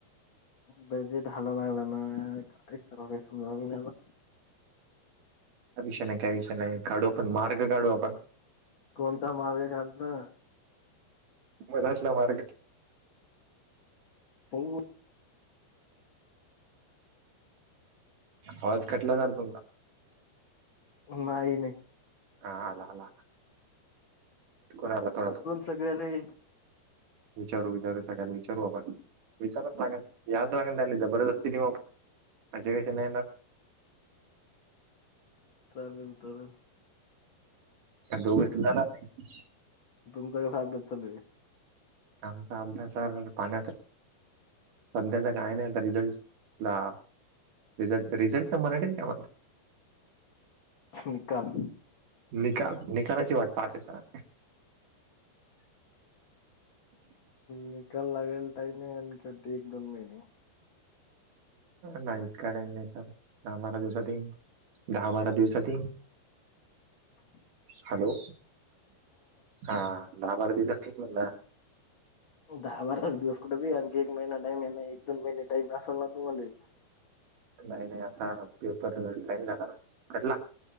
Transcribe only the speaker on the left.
बजेट हाला लागला ना का कराव काही समजाव लाला.
कोणता मार्ग काढता?
हो.
नाही नाही.
सगळले.
चालेल चालेल.
तुमचाडे फारब बद चालू आहे.
निकाल.
निकाल लागेल टाईम आहे छवटी एक दोन महिने.
<inaudible>
दहा-बारा दिवस कुठे बि आणखी एक महिना टाईम आहे एक दोन महिने टाईम असाल ना तुम्हाला.